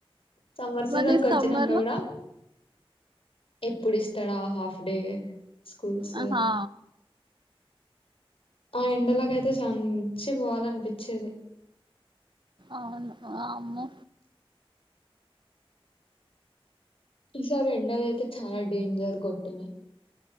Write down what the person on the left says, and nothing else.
సమ్మర్ సీజన్
కి వచ్చినాంక
కూడా ఎప్పుడు ఇస్తాడా హాఫ్ డే. స్కూల్స్
ఆ ఎండలకైతే సంచి పోవాలనిపించేది
ఈసారి ఎండలు అయితే చాలా డేంజర్ గొట్టినాయి